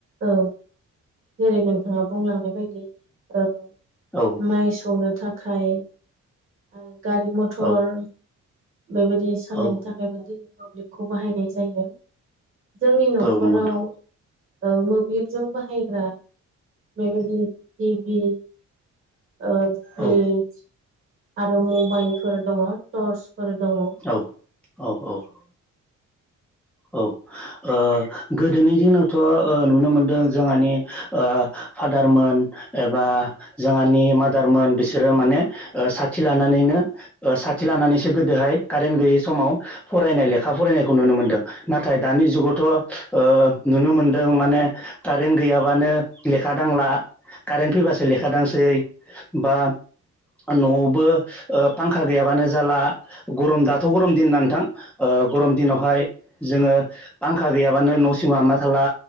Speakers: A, on the right; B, in the centre.
A: औ जेरै नोंथाङा बुंलांनाय बायदि ओ
B: हायो
A: माइ सौनो थाखाय ओ गारि मथर
B: औ
A: बेबायदि सालायनो
B: औ
A: थाखायबो दिनै मोब्लिबखौ बाहायनाय जायो जोंनि न'खराव
B: औ नंगौ नोंथां
A: ओ मोब्लिबजों बाहायग्रा बेबायदि टिभि ओ फ्रिज
B: औ
A: आरो मबाइलफोर दङ टर्स फोर दङ
B: औ औ औ औ ओ गोदोनि दिनावथ ओ नुनो मोनदों जोंहानि ओ फादारमोन एबा जोंहानि मादारमोन बिसोरो माने ओ साथि लानानै नो ओ साथि लानानैसो गोदोहाय कारेन्ट गैयै समाव फरायनाय लेखा फरायनायखौ नुनो मोनदों नाथाय दानि जुगावथ ओ नुनो मोनदों माने कारेन्ट गैयाबानो ले खा दांला कारेन्ट फैबासो लेखा दांसै बा न'आवबो ओ फांखा गैयाबानो जाला गरम दाथ गरम दिनना नोथां ओ ओ गरम दिनावहाय जोङो फांखा गैयाबानो न'सिङाव हाबना थाला